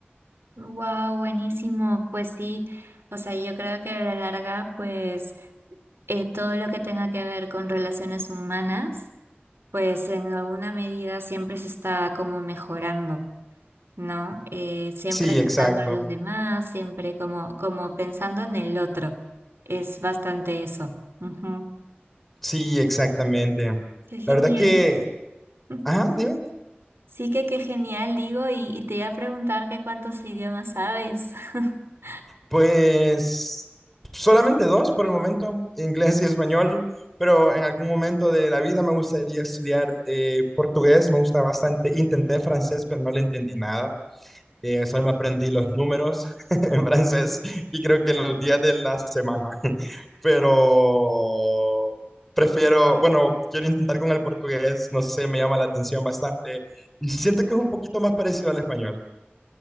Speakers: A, on the right (about 90°); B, in the centre.
A: Wow, buenísimo. Pues sí, o sea, yo creo que a la larga, pues eh, todo lo que tenga que ver con relaciones humanas, pues en alguna medida siempre se está como mejorando. ¿no? Eh, siempre
B: Sí,
A: ayudando
B: exacto.
A: a los demás, siempre como, como pensando en el otro. Es bastante eso. Ujú.
B: Sí, exactamente. La
A: Qué genial.
B: verdad que,
A: Ujú.
B: ajá, dime.
A: Sí que qué genial, digo, y, y te iba a preguntar que cuántos idiomas sabes. <laughs>
B: Pues solamente dos por el momento, <laughs> inglés y español, pero en algún momento de la vida me gustaría estudiar eh, portugués, me gusta bastante. Intenté francés, pero no le entendí nada. Eh, solo me aprendí los números <laughs> en francés y creo que los días de la semana, <laughs> pero prefiero, bueno, quiero intentar con el portugués, no sé, me llama la atención bastante y siento que es un poquito más parecido al español,